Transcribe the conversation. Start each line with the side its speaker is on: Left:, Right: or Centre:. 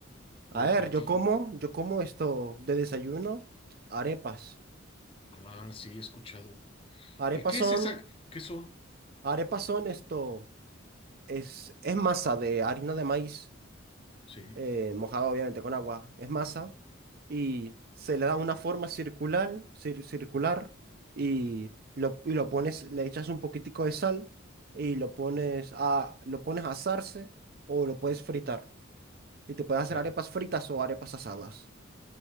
Right: a
Left: O el
Right: ver,
Left: platillo.
Right: yo como, yo como esto de desayuno, arepas.
Left: Ah, sí, he escuchado.
Right: Arepas
Left: ¿Y qué
Right: son
Left: es esa? ¿Qué son?
Right: Arepas son esto, es, es masa de harina de maíz,
Left: Sí,
Right: eh, mojada obviamente con agua, es masa y se le da una forma circular, cir- circular y lo, y lo pones, le echas un poquitico de sal y lo pones a, lo pones a asarse o lo puedes fritar y te puedes hacer
Left: claro.
Right: arepas fritas o arepas asadas,